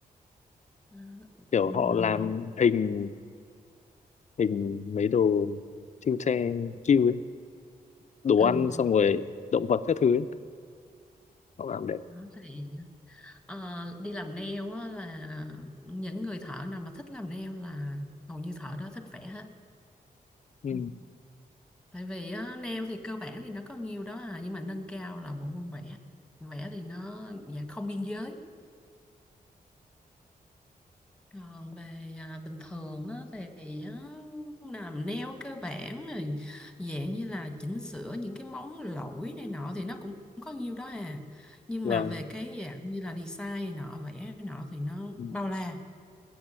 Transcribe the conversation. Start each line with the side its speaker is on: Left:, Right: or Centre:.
Centre: À,
Left: kiểu
Centre: ừm,
Left: họ làm hình hình mấy đồ siêu xe kêu ấy đồ
Centre: ừ.
Left: ăn xong rồi động vật các thứ ấy. họ làm đẹp
Centre: Đó, thì ờ, đi làm nail á là những người thợ nào mà thích làm nail là hầu như thợ đó thích vẽ hết
Left: ừ.
Centre: ừ. tại vì á, nail thì cơ bản thì nó có nhiều đó à nhưng mà nâng cao là bộ môn vẽ vẽ thì nó dạng không biên giới Còn về à, bình thường á, thì á, làm nail cơ bản rồi dạng như là chỉnh sửa những cái móng lỗi này nọ thì nó cũng có nhiêu đó à nhưng
Left: vâng
Centre: mà về cái dạng như là design này nọ vẽ này nọ thì nó
Left: ừ.
Centre: bao la